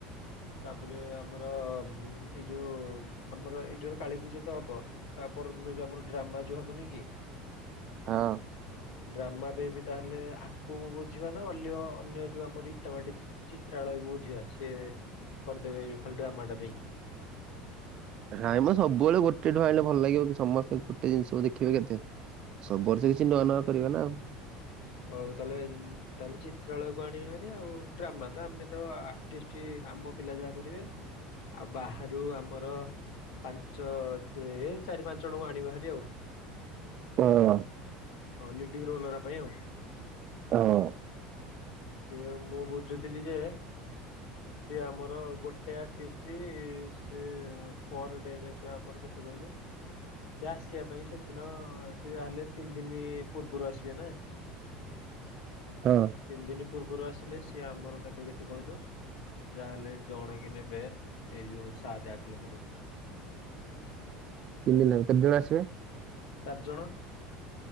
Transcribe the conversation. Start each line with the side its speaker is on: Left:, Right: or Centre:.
Left: ତାପରେ ଆମର ଏଇ ଯୋଉ ଆମର ଏଇଠି ଗୋଟେ କାଳୀପୂଜା ତ ହବ। ତା ପର ଦିନ ଯୋଉ ଆମର ଡ୍ରାମା ଯୋଉ ହବନି କି।
Right: ହଁ
Left: ଡ୍ରାମା ପାଇଁ ବି ତାହେଲେ ଆଙ୍କୁ ବୁଝିବା ନା ଅଲ୍ୟ ଅନ୍ୟ ଯୋଉ ଆମର ଏଇ ଇଟାବାଟି ଚିତ୍ରାଳୟକୁ ବୁଝିିବା ସେ କରିଦେବେ ଖାଲି ଡ୍ରାମାଟା ପାଇଁ।
Right: ନାଇଁ ମ ସବୁବେଳେ ଗୋଟେଠୁ ଆଣିଲେ ଭଲ ଲାଗିବ କି ସମସ୍ତେ ଗୋଟେ ଜିନିଷକୁ ଦେଖିବେ କେତେ? ସବୁ ବର୍ଷ କିଛି ନୂଆ ନୂଆ କରିବା ନା ଆଉ।
Left: ଅ ଉ ତାଲେ ତାହେଲେ ଚିତ୍ରାଳୟକୁ ଆଣିବେ ହେରି ଆଉ ଡ୍ରାମା ତ ଆମେ ତ ଆର୍ଟିଷ୍ଟ ଆମ ପିଲା ଯାହା କରିବେ ଆଉ ବାହାରୁ ଆମର ପାଞ୍ଚ ଯେ ଚାରି ପାଞ୍ଚ ଜଣଙ୍କୁ ଆଣିବା ହେରି ଆଉ
Right: ହଁ
Left: ଲିଡିଙ୍ଗ ରୋଲ୍ ପାଇଁ ଆଉ
Right: ହଁ
Left: ସେଏ ମୁଁ ବୁଝୁଥିଲି ଯେ
Right: <unintelligible>
Left: ସେି ଆମର ଗୋଟେ ଆର୍ଟିଷ୍ଟ ସେ ପର୍ ଡେ ନେବେ ଆମର କେତେ କହିଲୁ ସି ଆସିବା ପାଇଁ ସେଦିନ ସେ ତାହେଲେ ତିନି ଦିନ ପୂର୍ବରୁ ଆସିବେ ନା ହୁଁ <unintelligible>
Right: ହଁ
Left: ତିନି ଦିନ ପୂର୍ବରୁ ଆସିଲେ ସିଏ ଆମର ନେବେ କେତେ କହିଲୁ ଯାହାହେଲେ ଜଣ କେ ନେବେ ଏଇ ଯୋ ସାତ ଆଠ ଲେଖା ନେବେ
Right: ତିି ଦିନ ଲଗବ କେତେ ଜଣ ଆସେ
Left: ଚାରି ଜଣ